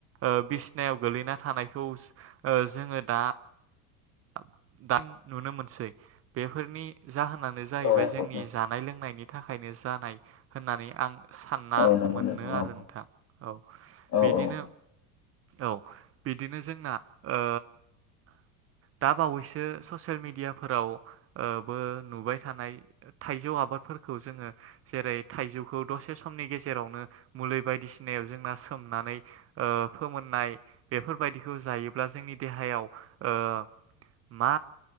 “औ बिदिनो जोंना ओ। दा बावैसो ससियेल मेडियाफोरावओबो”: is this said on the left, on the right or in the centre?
Right